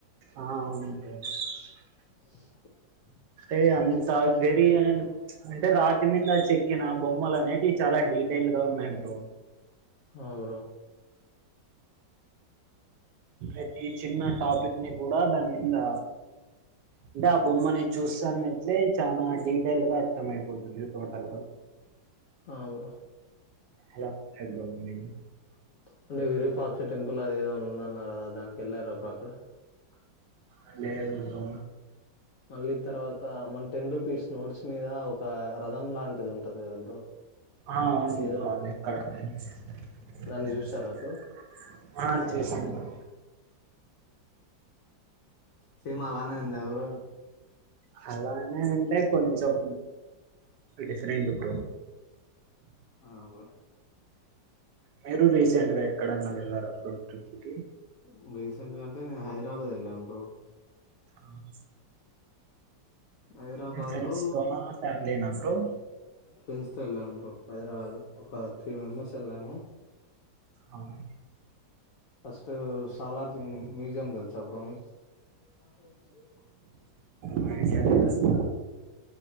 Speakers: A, on the right; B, on the left.
A: ఆ అవును <unintelligible>
B: అ
A: ఎ అంత వెరిఅంటే రాతి మీద చెక్కిన బొమ్మలు అనేటివి చాలా డీటెయిల్ గా ఉన్నాయి బ్రో
B: ఆ బ్రో
A: అట్ ఈ చిన్న టాపిక్ ని కూడా దాని మీద అంటే ఆ బొమ్మని చూస్తాన్నట్లే చాలా డీటెయిల్ గా అర్థం అయిపోతుంది టోటల్
B: ఆ బ్రో
A: అలా సాయంత్రం మ్మ్
B: <unintelligible>
A: అండెది బ్రో
B: మళ్ళీ తర్వాత మన టెన్ రూపీస్ నోట్స్ మీద ఒక రథం లాంటిది ఉంటది కదా బ్రో
A: ఆ అవును
B: ఏదో
A: బ్రో
B: అన్-
A: <unintelligible>
B: దాన్ని చూసారా బ్రో
A: ఆ చూసాను బ్రో
B: సేమ్ అలానే ఎందెవరు
A: హల్లాన్ నేన్ ఉంటయ్ కొంచెం డిఫరెంట్గ్ క్రో
B: ఆ బ్రో
A: మీరు రీసెంట్ గా ఎక్కడన్నా వెళ్ళార అప్పుడు ట్రిప్ కి
B: ఇంగ రీసెంట్ గా అంటేనే హైదరాబాద్ వెళ్ళాం బ్రో
A: ఆహ్ స్స్
B: హైదరాబాద్
A: టెన్స్ ఫ్రెండ్స్తోనాస్
B: లో
A: ఫ్యామిలీ నా బ్రో
B: ఫెండ్స్ తో వెళ్ళాం. బ్రో హైదరాబాద్ ఒక త్రీ మెంబర్స్ వెళ్ళాము.
A: అవును
B: ఫస్ట్ సాలార్జి మ్యూజియం దెల్సా అప్పుడు మీకు ఓకేం
A: మరిజద అస్ప